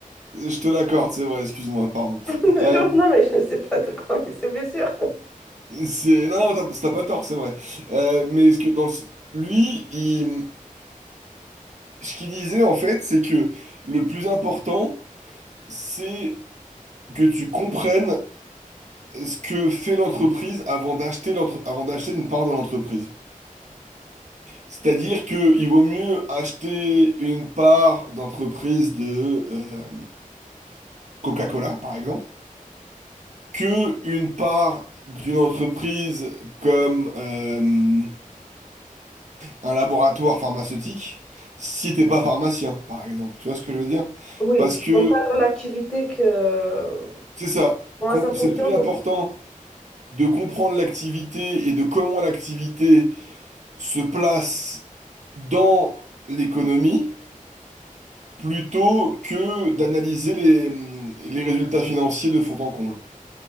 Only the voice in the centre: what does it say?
<laughs> Genre,
non, mais je ne sais pas de quoi, mais c'est bien sûr.
Oui,
comprendre l'activité que, euh,
comment
ça fonctionne
pour